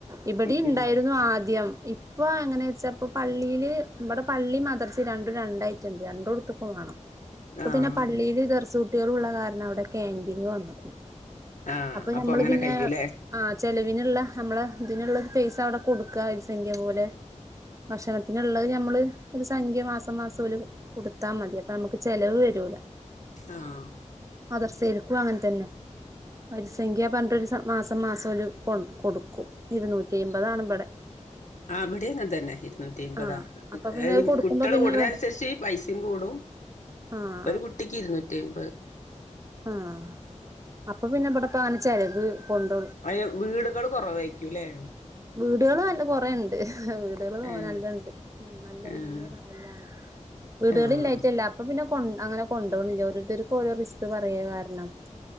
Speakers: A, on the right; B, on the left.
A: ഇവിടെ
B: പിന്നെ
A: ഉണ്ടായിരുന്നു ആദ്യം ഇപ്പൊ എങ്ങനെ വച്ചാ ഇപ്പൊ പള്ളിയില് ഇമ്മടെ പള്ളി മദ്രസ രണ്ടും രണ്ടായിട്ടുണ്ട് രണ്ടു ടുത്തക്കും വേണം ഇ പ്പ
B: ആഹ്
A: പിന്നെ പള്ളിൽ ദർസ് കുട്ടികൾ ഉള്ള കാരണം അവിടെ കന്റീങ് വന്നക്കണം
B: ആഹ്
A: അപ്പൊ നഞമ്മള്
B: അങ്ങനെ
A: പിന്നെ
B: കയ്യൂല്ലേ
A: ആ ചെലവിനുള്ള നമ്മള ഇതിനുള്ളത് പൈസ അവിടെ കൊടുക്കാ വരി സംഖ്യ പോലെ ഭക്ഷണത്തിന്ള്ളത് നഞമ്മള് ഒരു സംഖ്യ മാസം മാസം ഓല് കൊടുത്താ മതി അപ്പൊ നമുക്ക് ചെലവ് വരൂല
B: ആഹ്
A: മതർ സേൽക്കും അങ്ങനെ തന്നെ പരിസംഖ്യ പറഞ്ട്ട് രു മാസം മാസംഓല് കൊണ്ടു കൊടുക്കും ഇരുന്നൂറ്റിമ്പതാണ് ഇവിടെ
B: ആ ഇവടി അങ്ങെനെ തന്നെ ഇരുന്നൂറ്റി അമ്പതാ
A: ആഹ് അപ്പൊ പിന്നെ അത് കൊടുക്കുമ്പോ
B: കുട്ടികൾ
A: പിന്നെ
B: കൂടണ
A: വേ
B: അനുസരിച്ചി പൈസിം കൂടും
A: ആഹ്
B: ഒരു കുട്ടിക്ക് ഇരുന്നൂറ്റി അയ്മ്പത്
A: ആഹ അപ്പൊ പിന്നെ ഇവിടെ പന ചിലവ് കൊണ്ട
B: അ വീടുകൾ കുറവായിരിക്കും അല്ലേ
A: വീടുകളൾ നല്ല കുറേ ഉണ്ട് വീടുകള്തോന
B: ഏഹ്
A: നല്ലണ്ട് ഉ നല്ല
B: ഏഹ്
A: വല്ല്യ മഹല്ലാണ് വീടുകളില്ലായിട്ടല്ല
B: ആഹ്
A: <unintelligible> അപ്പൊ പിന്നെ കൊ അങ്ങനെ കൊണ്ടോണില്ല ഓരോരുത്തർക്ക് ഓരോ റിസ്ക് പറയ കാരണം